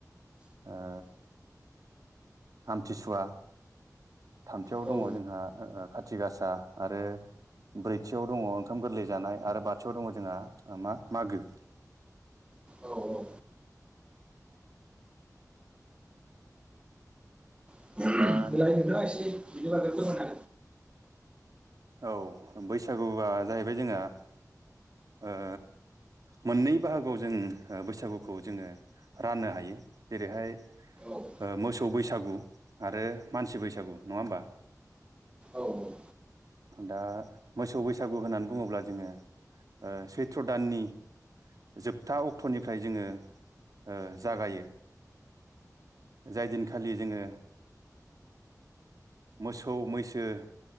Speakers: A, on the right (about 65°); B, on the right (about 15°).
A: ओ आमथिसुवा थामथियाव
B: औ
A: दङ जोंहा ओ खाथि गासा आरो ब्रैथियाव दङ ओंखाम गोरलै जानाय आरो बाथियाव दङ जोंहा मा मागो।
B: औ औ <unintelligible> एसे
A: दा
B: बिनि बाग्रबो मोना
A: औ बैसागुआ जाहैबाय जोंहा ओ मोननै बाहागोआव जों बैसागुखौ जोङो राननो हायो जेरैहाय
B: हागोन
A: ओ मोसौ बैसागु आरो मानसि बैसागु नङा होमबा?
B: औ औ
A: दा मोसौ बैसागु होननानै बुङोब्ला जोङो सैथ्र' दाननि जोबथा अक्ट'निफ्राय जोङो ओ जागायो जाय दिनखालि जोङो मोसौ मैसो